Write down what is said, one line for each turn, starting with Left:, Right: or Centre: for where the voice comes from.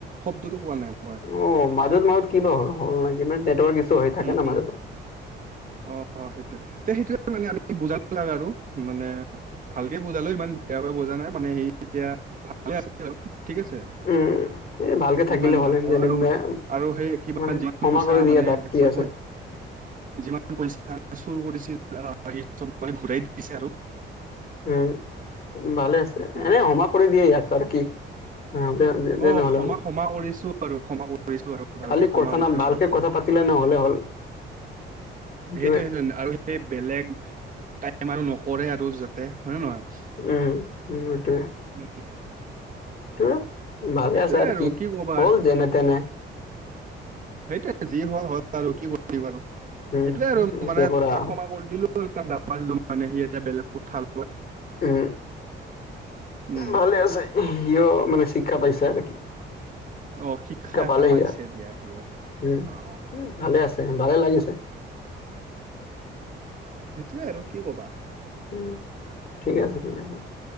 Right: শব্দটো পোৱা নাই। <unintelligible>
Left: অ, মাজত মাজত কিবা হ'ল- <unintelligible> মান নেটৱৰ্ক কিছু হৈ থাকে
Right: উম,
Left: না মাজতে।
Right: অ। অ। সেইটোৱে। তে সেইটোৱে মানে আমি বুজা লাগাল আৰু মানে ভালকে বুজালো। ইমান বেয়াকে বুজা নাই, মানে সেই এতিয়া ভালে আছে আউ, ঠিক আছে।
Left: উম, এই ভালকৈ থাকিলে
Right: ইমান
Left: হ'লেন
Right: ডাঙৰ
Left: যেনে
Right: আৰু
Left: তেনে
Right: আৰু সেই কিবা
Left: মানে
Right: যিমান
Left: ক্ষমা
Right: পইচা
Left: কৰি দিয়া
Right: মানে
Left: তাক
Right: যিমান
Left: কি আছে
Right: পই যিমান পইচা চুৰ কৰিছিল আহ বাকি সব মানে ঘূৰাই দিছে আৰু।
Left: উম। ভালে আছে।
Right: উম।
Left: এনে সমা কৰি দিয়ে ইয়াক আৰু কি। অ, দে। যে
Right: অ
Left: নহ'লে
Right: ক্ষমা
Left: হ'ল।
Right: ক্ষমা কৰিছো আৰু ক্ষমা কৰিছো আৰু ভালকে
Left: খালি
Right: ক্ষমা
Left: কথা
Right: কৰিছো
Left: নাম, ভালকে
Right: আৰু
Left: কথা পাতিলে নহ'লে হ'ল। <inaudible> সেইটোৱে
Right: সেইটো সেইটোন আৰু সেই বেলেগ টাইম আৰু নকৰে আৰু যাতে। হয় নে নহয়?
Left: উম, উম। সেটোয়ে।
Right: উম।
Left: তো, ভালে
Right: সেইটোয়ে
Left: আছা আৰ
Right: আৰু
Left: কি
Right: ক'বা
Left: হ'ল
Right: আৰু।
Left: যেনে তেনে।
Right: সেইটোৱে যি হ'ল হ'ল আৰু কি কটটি বাৰু
Left: উম
Right: সেটোৱে আৰু
Left: এতিয়াৰ
Right: মানে
Left: পৰা
Right: তাক ক্ষমা কৰি দিলোঁ। তুই তাক দাব্বা দিলুং, মানে সি এতিয়া বেলেগ কোঠাল
Left: উম।
Right: উম,
Left: ভালে আছে। সিয় মানে শিক্ষা পাইছে আৰ কি?
Right: অ', শিক্ষা
Left: পালেহি
Right: এটা পাইছে
Left: আৰু
Right: দিয়া সিয়।
Left: উম
Right: অ, অ'।
Left: ভালে আছে? ভালে লাগিছে।
Right: সেটোয়ে আৰু কি ক'বা।
Left: উম, ঠিক আছে ঠিক আছে।